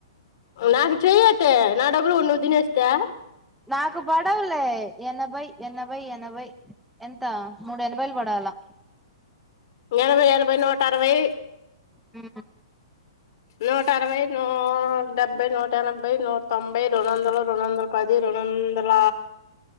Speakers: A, on the left; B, in the centre.
A: నాకు చెయచ్చ తే నా డబ్లు నువ్వు తినేస్తే
B: నాకు పడవలే ఎనబై ఎ అరవై ఎనభై ఎంత మూడు ఎనభైలు పడాలా
A: ఎనభై ఎనభై నూట అరవై
B: ఆ
A: నూట అరవై నూ డెబ్బై నూట నూట ఎనభై నూట తొంభై రెండు వందల రెండు వందల పది రెండు వందల